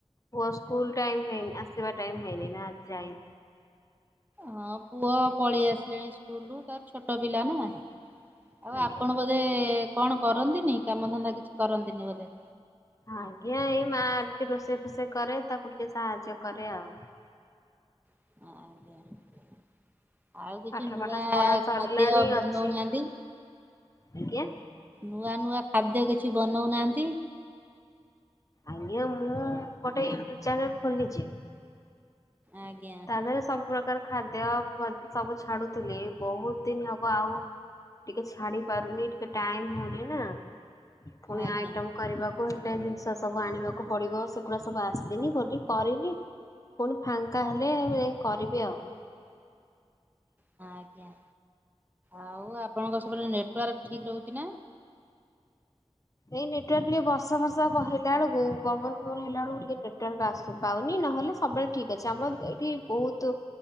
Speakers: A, on the left; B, on the right.
A: ପୁଅ ସ୍କୁଲ୍ ଟାଇମ୍ ହେଇନି ଆସିବା ଟାଇମ୍ ହେଇନି ନା ଆଜି ଯାଇନି?
B: ହଁ ପୁଅ ପଳେଇ ଆସିଲାଣି ସ୍କୁଲ୍ ରୁ ତାର ଛୋଟ ପିଲା ନା ଆଉ
A: ଆଜ୍ଞା।
B: ଆପଣ ବୋ ଧେ କଣ କରନ୍ତିନି, କାମଧନ୍ଦା କିଛି କରନ୍ତିନି ବୋଧେ?
A: ଆଜ୍ଞା ଏଇ ମା ଟିକେ ରୋଷେଇ ଫୋଷେଇ କରେ ତାକୁ ଟିକେ ସାହାଯ୍ୟ କରେ ଆଉ।
B: <inaudible> ଆଉ କିଛି
A: ପାଠ
B: ନୂଆ
A: ପାଠ ପଢା
B: ଖାଦ୍ୟ
A: ସରିଲାଣି
B: ବନୋଉନାହାନ୍ତି।
A: ଅଛି ଆଜ୍ଞା।
B: ନୂଆ-ନୂଆ ଖାଦ୍ୟ କିଛି ବନୋଉନାହାନ୍ତି।
A: ଆଜ୍ଞା ମୁଁ ଗୋଟେ ୟୁଟ୍ୟୁବ୍ ଚ୍ୟାନେଲ୍ ଖୋଲିଚି।
B: ଆଜ୍ଞା।
A: ଏଥେରେ ସବୁ ପ୍ରକାର ଖାଦ୍ୟ ସବୁ ଛାଡୁଥିଲି, ବହୁତ୍ ଦିନ ହବ ଆଉ ଟିକେ ଛାଡିପାରୁନି ଟିକେ ଟାଇମ୍ ହଉନି ନା, ଫୁଣି
B: ଆଜ୍ଞା
A: ଆଇଟମ୍ କରିବାକୁ ହେଲେ ଜିନିଷ ସବୁ ଆଣିବାକୁ ପଡିବ, ସେଗୁଡା ସବୁ ଆସିନି ବୋଲି କରିନି। ପୁଣି ଫାଙ୍କା ହେଲେ <unintelligible> ଯାଇଁ କରିବି ଆଉ।
B: ହଁ ଆଜ୍ଞା। ଆଉ ଆପଣଙ୍କ ସେପଟେ ନେଟୱାର୍କ ଠିକ୍ ରହୁଚି ନା?
A: ଏଇ ନେଟୱାର୍କ ଟିକେ ବର୍ଷା ଫର୍ଷା ହେଲା ବେଳୁକୁ ପବନ୍ ଫବନ୍ ହେଲା ବେଳୁକୁ ଟିକେ ନେଟୱାର୍କ ଆସ ପାଉନି ନହେଲେ ସବେଳେ ଠିକ୍ ଅଛି ଆମର ଏଠି ବହୁତୁ